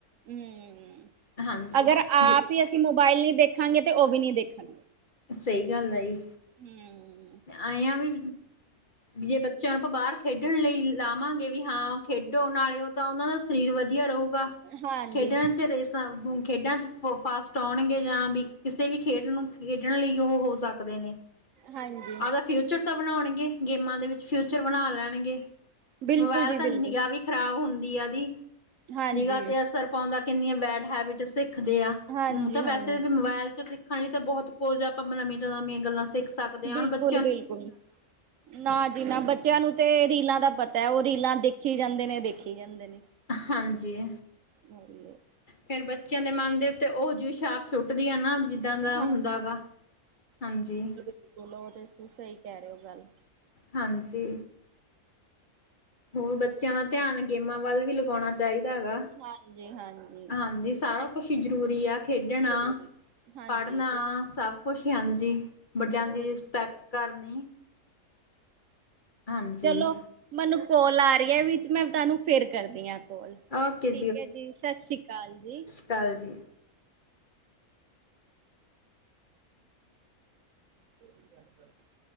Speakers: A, on the right (about 70°); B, on the left (about 35°).
A: ਹੂੰ,
B: ਹਾਂਜੀ
A: ਅਗਰ ਆਪ
B: ਜੇ
A: ਈ ਅਸੀਂ ਮੋਬਾਇਲ ਨਹੀਂ ਦੇਖਾਂਗੇ, ਤੇ ਉਹ ਵੀ ਨਹੀਂ ਦੇਖਣ
B: ਸਹੀ ਗੱਲ ਆ ਜੀ।
A: ਹੂੰ
B: ਆਂਏ ਆ ਵੀ ਜੇ ਬੱਚਿਆਂ ਨੂੰ ਆਪਾਂ ਬਾਹਰ ਖੇਡਣ ਲਈ ਲਾਵਾਂਗੇ ਵੀ ਹਾਂ ਖੇਡੋ, ਨਾਲੇ ਓਦਾਂ ਉਹਨਾਂ ਦਾ ਸਰੀਰ ਵਧੀਆ ਰਹੂਗਾ।
A: ਹਾਂਜੀ
B: ਖੇਡਾਂ-ਚ ਰੇਸ ਖੇਡਾਂ 'ਚ ਫਾਸਟ ਆਉਣਗੇ, ਜਾਂ ਵੀ ਕਿਸੇ ਵੀ ਖੇਡ ਨੂੰ ਖੇਡਣ ਲਈ ਉਹ ਹੋ ਸਕਦੇ ਨੇ।
A: ਹਾਂਜੀ
B: ਆਵਦਾ ਫਿਊਚਰ ਤਾਂ ਬਣਾਉਣਗੇ ਗੇਮਾਂ ਦੇ ਵਿੱਚ, ਫਿਊਚਰ ਬਣਾ ਲੈਣਗੇ।
A: ਬਿਲਕੁਲ
B: ਮੋਬਾਇਲ
A: ਜੀ
B: ਤਾ
A: ਬਿਲਕੁਲ
B: ਨਿਗਾਹ ਵੀ ਖ਼ਰਾਬ ਹੁੰਦੀ ਆ ਓਹਦੀ,
A: ਹਾਂਜੀ।
B: ਨਿਗਾਹ ਤੇ ਅਸਰ ਪਾਉਂਦਾ, ਕਿੰਨੀਆਂ ਬੈਡ ਹੈਬਿਟ ਸਿੱਖਦੇ ਆ।
A: ਹਾਂਜੀ
B: ਊਅ ਤਾਂ
A: ਹਾਂਜੀ
B: ਵੈਸੇ ਵੀ ਮੋਬਾਇਲ'ਚ ਸਿੱਖਣ ਲਈ ਤਾਂ ਬਹੁਤ ਕੁਝ ਆ, ਆਪਾਂ ਨਵੀ ਤੋਂ ਨਵੀਆਂ ਗੱਲਾਂ ਸਿੱਖ ਸਕਦੇ
A: ਬਿਲਕੁਲ
B: ਹਾਂ, ਹੁਣ ਬੱ
A: ਬਿਲਕੁਲ। ਨਾ ਜੀ ਨਾ, ਬੱਚਿਆਂ ਨੂੰ ਤੇ ਰੀਲਾਂ ਦਾ ਪਤੈ, ਉਹ ਰੀਲਾਂ ਦੇਖੀ ਜਾਂਦੇ ਨੇ, ਦੇਖੀ ਜਾਂਦੇ ਨੇ।
B: ਹਾਂਜੀ।
A: ਹੋ ਰਹੀ ਏ।
B: ਫੇਰ ਬੱਚਿਆਂ ਦੇ ਮਨ ਦੇ ਉੱਤੇ ਉਹ ਜਿਹੀ ਛਾਪ ਸੁੱਟਦੀ ਆ ਨਾ ਜ਼ਿੰਦਾ ਦਾ
A: ਹਾਂਜੀ
B: ਹੁੰਦਾ ਗਾ, ਹਾਂਜੀ।
A: ਚਲੋ, ਉਹ ਤੇ ਤੁਸੀਂ ਸਹੀ ਕਹਿ ਰਹੇ ਓ ਗੱਲ।
B: ਹਾਂਜੀ। ਹੋਰ ਬੱਚਿਆਂ ਦਾ ਧਿਆਨ ਗੇਮਾਂ ਵੱਲ ਵੀ ਲਗਾਉਣਾ ਚਾਹੀਦਾ ਗਾ।
A: ਹਾਂਜੀ-ਹਾਂਜੀ।
B: ਹਾਂਜੀ, ਸਾਰਾ ਜੀ ਜ਼ਰੂਰੀ ਆ ਖੇਡਣਾ,
A: ਜ਼ਰੂਰੀ ਹਾਂਜੀ
B: ਪੜ੍ਹਨਾ
A: ਬਿਲਕੁਲ
B: ਸਭ ਕੁਛ, ਹਾਂਜੀ। ਵੱਜਆਂ ਦੀ
A: ਬਿਲਕੁਲ
B: ਰਿਸਪੈਕਟ ਕਰਨੀ। ਹਾਂਜੀ।
A: ਚਲੋ। ਮਨੂ ਕੌਲ ਆ ਰਹੀ ਏ ਵਿੱਚ, ਮੈਂ ਤੁਹਾਨੂੰ ਫੇਰ ਕਰਦੀ ਆਂ ਕੌਲ। ਠੀਕ
B: ਓਕੇ
A: ਹੈ ਜੀ, ਸਤਿ ਸ੍ਰੀ ਅਕਾਲ ਜੀ।
B: ਕਾਲਜੀ।
A: <unintelligible>